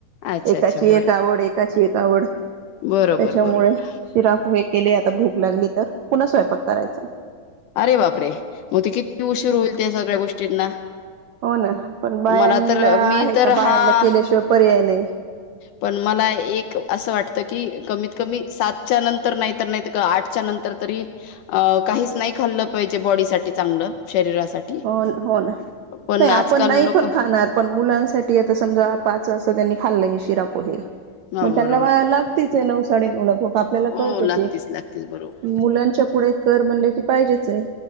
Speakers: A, on the left; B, on the right.
A: अच्छा
B: एकाची
A: अच्छा बरं
B: एक आवड एकाची एक आवड त्याच्यामुळे
A: बरोबर बरोबर
B: उशिरा पोहे केले आता भूक लागली तर पुन्हा स्वयंपक करायचा.
A: अरे बापरे मग ते किती उशीर होईल त्या सगळ्या गोष्टींना.
B: हो ना पण बायांला
A: मला तर मी
B: आहे
A: तर
B: का
A: हा
B: बायांला केल्याशिवाय पर्याय नाही.
A: पण मला एक असं वाटत की कमीत कमी सातच्या नंतर नाही नाहीत का आठच्या नंतर तरी अ काहीच नाही खाल्लं पाहिजे बॉडी साठी चांगलं शरीरासाठी
B: होन हो ना
A: पण
B: नाही
A: आजकाल
B: आपण नाही
A: लोक
B: पण खाणार पण मुलांसाठी आता समजा पाच वाजता त्यांनी खाल्लं शिरा पोहे
A: हा
B: मग त्यांना
A: बरोबर
B: वाळाला लागतेच नऊ-साडेनऊ भूक आपल्याला
A: हो
B: कळत होती.
A: लागतीच लागतीच बरोबर
B: मुलांच्या पुढे कर म्हणले की पाहिजेच आहे.